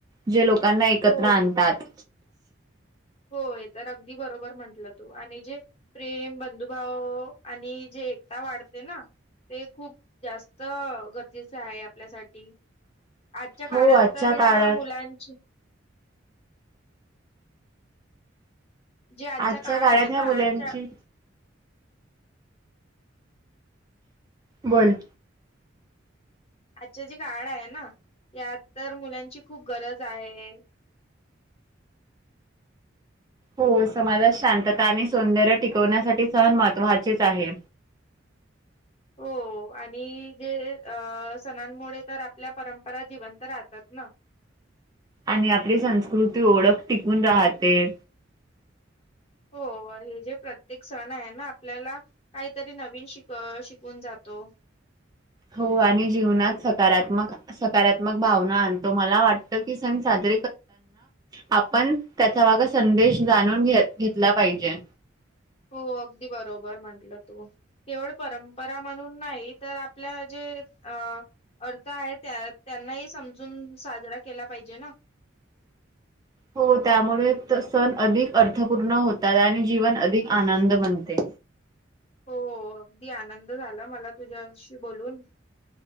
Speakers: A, on the right (about 20°); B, on the left (about 30°).
A: जे लोक लोकांना एकत्र
B: हो
A: आणतात.
B: हो, हे तर अगदी बरोबर म्हंटलं तू आणि जे प्रेम बंधुभाव आणि जे एकता वाढते ना, ते खूप जास्त गरजेचे आहे आपल्यासाठी ठी, आजच्या काळात
A: हो आजच्या
B: तर
A: काळात
B: या मुलांची जे आजचा
A: आजच्या
B: काळ
A: काळात
B: आहे ना,
A: ह्या मुलांची
B: आजच्या
A: बोल
B: आजच्या जे काळ आहे ना, यात तर मुलांची खूप गरज आहे.
A: हो समाजात शांतता आणि सौंदर्य टिकवण्यासाठी सण महत्त्वाचेच आहे.
B: हो. हो आणि जे अ सणांमुळे तर आपल्या परंपरा जिवंत राहतात ना? <unintelligible>
A: आणि आपली संस्कृती ओळख टिकून राहते.
B: हो. हे जे प्रत्येक सण आहे ना आपल्याला काहीतरी नवीन शिक शिकून जातो. <unintelligible>
A: हो आणि जीवनात सकारात्मक सकारात्मक भावना आणतो मला वाटत की सण साध आपण त्याचा माग संदेश जाणून घ घेतला पाहिजे.
B: हो अगदी बरोबर म्हंटलं तू केवळ परंपरा म्हणून नाही तर आपल्या जे अ अर्थ आहे त्यांनाही समजून साजरा केला पाहिजे ना. <unintelligible>
A: हो त्यामुळे सण अधिक अर्थपूर्ण होतात आणि जीवन अधिक आनंद बनते
B: <unintelligible> अगदी आनंद झाला मला तुझ्याशी बोलून